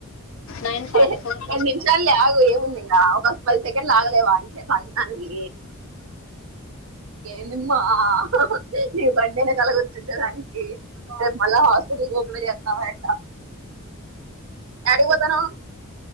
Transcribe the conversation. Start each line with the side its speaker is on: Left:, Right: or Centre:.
Left: నైన్ ఫార్టీ
Right: రెండు
Left: ఫోర్
Right: నిమిషాలు ఆగు ఏముంది ఇంకా ఒక పది సెకండ్లు ఆగలేవా ఇయనసేపుంట దానికి ఏ నిమ్ నవ బడ్నే కలగతుందా అంనికికి రేపు మళ్ళా హాస్పిటల్ గప చేస్తావా ఎ అడిగిపోతాను